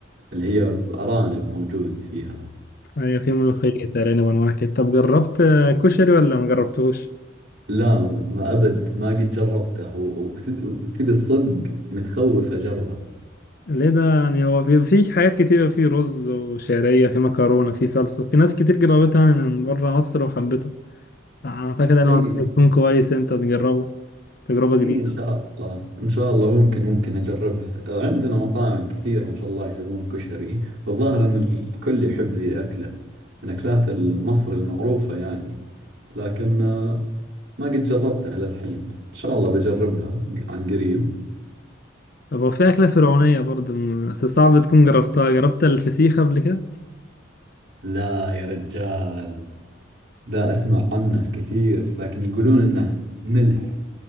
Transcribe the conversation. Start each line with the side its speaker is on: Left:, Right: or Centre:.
Right: اللي هي أرانب موجود فيها
Left: هي في ملوخية أرانب وأنواع كده طب جربت كشري ولا ما جربتوش
Right: لا ما أبد ما قد جربته و- وتد- وتبي الصدق متخوف أجربه
Left: ليه ده يعني هو في في حاجات كتير في رز وشعرية في مكرونة في صلصة في ناس كتير جربتها من بره مصر وحبتها اعتقد انا الموضوع
Right: أي
Left: هيكون كويس انت تجربه تجربة جديدة
Right: إيه إن شاء الله إن شاء الله ممكن ممكن أجربها آه، عندنا مطاعم كثير ما شاء الله يسوون كشري والظاهر أن الكل يحب ذي الأكلة من أكلات مصر المعروفة يعني لكن آه، ما قد جربتها للحين إن شاء الله بجربها عن قريب
Left: طب هو في أكلة فرعونية برضه م- بس صعب تكون جربتها جربت الفسيخ قبل كده؟
Right: لا يا رجال ذا أسمع عنه كثير لكن يقولون إنه ملح